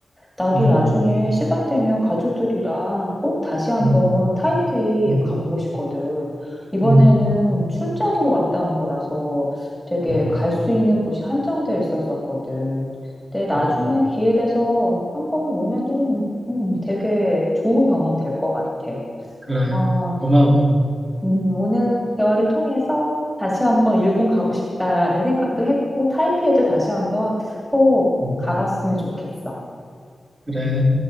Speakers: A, in the centre; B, on the right (about 30°).
A: 나도
B: 음,
A: 나중에 시간 되면 가족들이랑 꼭 다시 한번
B: 음,
A: 타이페이
B: 음,
A: 가보고 싶거든. 이번에는
B: 음,
A: 출장으로 갔다 온 거라서 되게
B: 음,
A: 갈 수 있는 곳이 한정되어 있었었거든. 근데 나중에
B: 그렇구나.
A: 기회 돼서 한번 오면은 음, 되게 좋은 경험 될 것 같아.
B: 그래.
A: 아,
B: 고마워.
A: 음, 오늘 대화를 통해서 다시 한번 일본 가고 싶다라는 생각도 했고 타이피에도 다시 한번 꼭
B: 음,
A: 가봤으면 좋겠어.
B: 그래.